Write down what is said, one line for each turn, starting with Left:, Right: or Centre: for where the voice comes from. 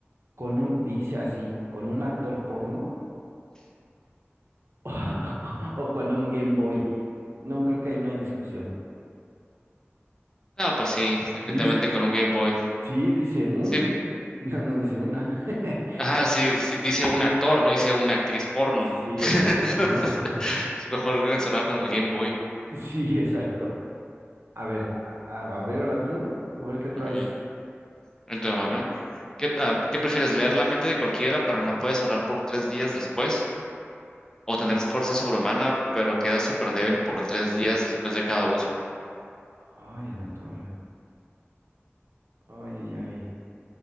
Right: con un, dice así, con un actor porno <laughs> o con un Game Boy. No, creo que ahí no hay discusión.
Left: No, pues sí, definitivamente
Right: Dis-
Left: con un Game Boy.
Right: Sí, dice un.
Left: Sí,
Right: No, no dice una. <laughs>
Left: ajá, sí, sí, dice un actor, no dice una actriz porno.
Right: Sí,
Left: <laughs>
Right: exacto,
Left: Entonces,
Right: no. <laughs>
Left: es mejor que encerrado con el Game Boy.
Right: Sí, exacto. A ver, a, a ver, ahora tú, a ver qué traes.
Left: Muy bien. Entonces, va, ¿eh? ¿Qué, ah, qué prefieres? ¿Leer la mente de cualquiera, pero no puedes hablar por tres días después? ¿O tener fuerza sobrehumana, pero quedas súper débil por tres días después de cada uso?
Right: Ay, en la torre. Ay, ay, ay.